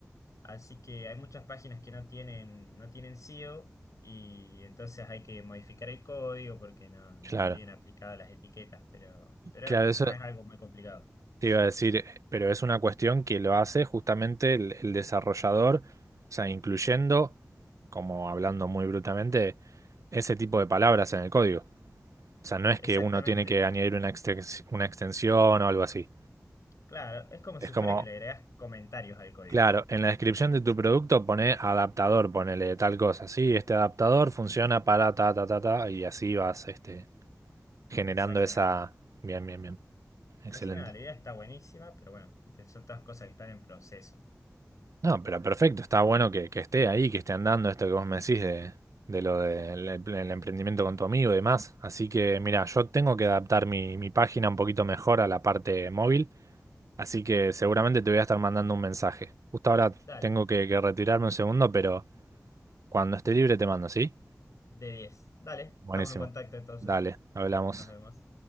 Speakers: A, on the left; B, on the right.
A: Así que hay muchas páginas que no tienen, no tienen SEO y entonces hay que modificar el código porque no, no
B: claro.
A: tienen aplicadas las etiquetas, pero, pero
B: Claro, eso,
A: no es algo muy complicado.
B: Te iba a decir, pero es una cuestión que lo hace justamente el, el desarrollador, o sea, incluyendo, como hablando muy brutamente, ese tipo de palabras en el código. O sea, no es
A: Exactamente.
B: que uno tiene que añadir una extens- una extensión o algo así.
A: Claro, es como
B: Es
A: si
B: como,
A: fuera que le agregas comentarios al código.
B: claro, en la descripción de tu producto pone adaptador, ponele tal cosa. Sí, este adaptador funciona para ta, ta, ta, ta, y así vas, este, generando
A: Exactamente.
B: esa... Bien, bien, bien. Excelente.
A: Así que nada, la idea está buenísima, pero bueno, son todas cosas que están en proceso.
B: No, pero perfecto, está bueno que, que esté ahí, que esté andando esto que vos me decís de, de lo del el- emprendimiento con tu amigo y demás. Así que, mira, yo tengo que adaptar mi, mi página un poquito mejor a la parte móvil, así que seguramente te voy a estar mandando un mensaje. Justo ahora
A: Dale,
B: tengo que, que retirarme un segundo, pero cuando esté libre te mando, ¿sí?
A: de 10, Dale,
B: Buenísimo.
A: estamos en contacto entonces.
B: Dale, hablamos.
A: Nos vemos.